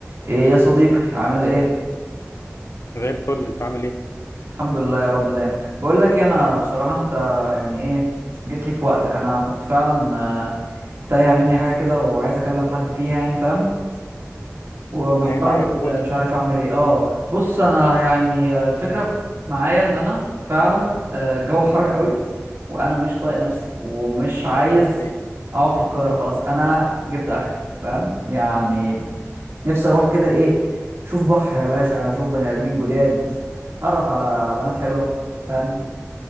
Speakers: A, on the right; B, on the left.
A: ايه يا صديقي عامل ايه
B: زي الفل انت عامل ايه؟
A: الحمد لله يا رب دايما بقول لك إيه، انا بصراحه انت يعني ايه جيت لي في وقتك انا كنت فعلا آه، تايهه مني حاجه كده وعايز اكلم حد فيها يعني فاهم ومحتار
B: ايه معاك
A: بجد
B: قول
A: مش
B: <laughs>
A: عارف اعمل ايه اه بص انا يعني آه، الفكره معايا ان انا فعلا آه، الجو حر قوي وانا مش طايق نفسي ومش عايز
B: ده حقيقي
A: اقعد في القاهره خلاص انا جبت اخري فاهم يعني نفسي اروح كده ايه اشوف بحر يا باشا اشوف بني ادمين جداد اتعرف على بنات حلوه فاهم